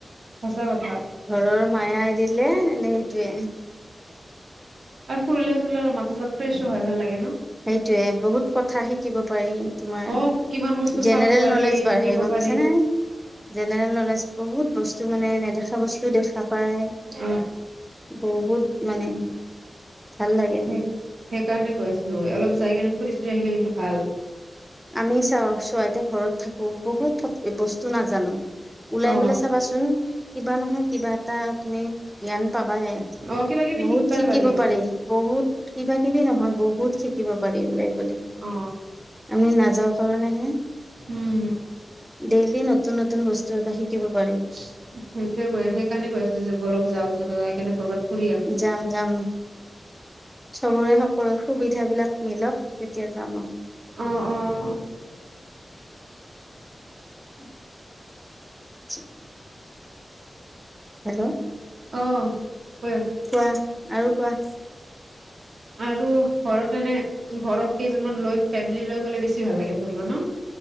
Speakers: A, on the right; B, in the centre.
A: সঁচা কথা
B: ঘৰৰ মায়া এৰিলে সেইটোৱে
A: আৰু ফুুৰিলে চুৰিলে অলপ মাথা চাতা ফ্ৰেছো হয় ভাল লাগে ন।
B: সেইটোয়ে বহুত কথা শিকিব পাৰি তোমাৰ।
A: অ কিমান বস্তু
B: জেনেৰেল
A: চাব পাৰি
B: নলেজ বাঢ়ে
A: শিকিব
B: গম
A: পাৰি
B: পাইছে নে। জেনেৰেল নলেজ বহুত বস্তু মানে নেদেখা বস্তুও দেখা পায়।
A: অ
B: বহুত মানে ভাল লাগে।
A: সেই সেইকাৰণে কৈ আছিলো অলপ যাই‌ কিনে ফুৰি চুৰি আহিলে কিন্তু ভাল।
B: আমি চা ছৱেইতো ঘৰত থাকো বহুত বস্তু নাজানো। ওলাই
A: অ
B: গলে চাবাচোন কিবা নহয় কিবা এটা তুমি জ্ঞান পাবাই।
A: অ কিবা কিবি
B: বহুত
A: শিকবাই
B: শিকিব
A: পাৰিম
B: পাৰি বহুত কিবা কিবি নহয় বহুত শিকিব পাৰি উলাই গ'লে।
A: অ
B: আমি নাযাওঁ কাৰণে হে
A: উম।
B: ডেইলি নতুন নতুন বস্তু এটা শিকিব পাৰিম
A: সেইটোৱে কৈ সেইকাৰণে কৈ আছো যাওঁ বলক যাই কিনে ক'ৰবাত ফুৰি
B: যাম যাম। চবৰে সকলোৰে সুবিধাবিলাক মিলক তেতিয়া যাম আৰু। <unintelligible>
A: আহো অ অ
B: <inaudible> হেল্ল'অ
A: অ ক'ক
B: কোৱা আৰু কোৱা।
A: আৰু ঘৰত এনে ঘৰৰ কেইজনমান লৈ ফেমিলি লৈ গ'লে বেছি ভাল লাগে ফুৰিব ন।